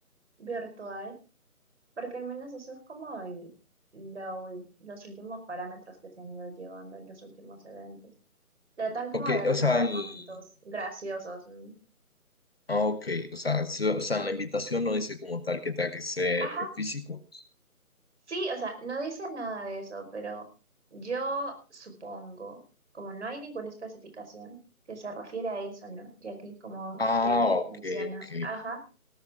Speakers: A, on the right (about 50°); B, on the left (about 40°).
A: virtual Porque al menos eso es como el- la ul- los últimos parámetros que se han ido llevando en los últimos eventos. Tratan como
B: Ok,
A: de recrear
B: o sea, el-
A: momentos graciosos. ¿no?
B: Ah, ok. O sea, so- o sea, en la invitación no dice como tal que tenga que ser
A: Ajá,
B: en físico.
A: sí, o sea, no dice nada de eso, pero yo supongo, como no hay ninguna especificación que se refiere a eso, ¿no? Ya que como
B: Ah,
A: se
B: ok,
A: menciona,
B: ok.
A: ajá,